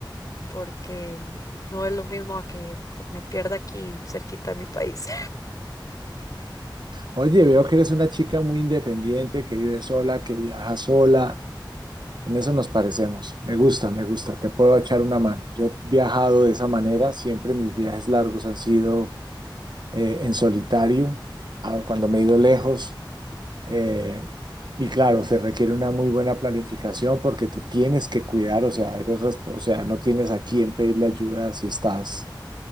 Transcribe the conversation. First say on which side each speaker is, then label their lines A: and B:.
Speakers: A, on the left; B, on the right.
A: porque no es lo mismo a que me pierda aquí cerquita de mi país.
B: Oye, veo que eres una chica muy independiente, que vive sola, que viaja sola. En eso nos parecemos. Me gusta, me gusta. Te puedo echar una mano. Yo he viajado de esa manera. Siempre mis viajes largos han sido eh, en solitario, a- cuando me he ido lejos. eh, y claro, se requiere una muy buena planificación porque te tienes que cuidar, o sea, eres, resp- o sea, no tienes a quién pedirle ayuda si estás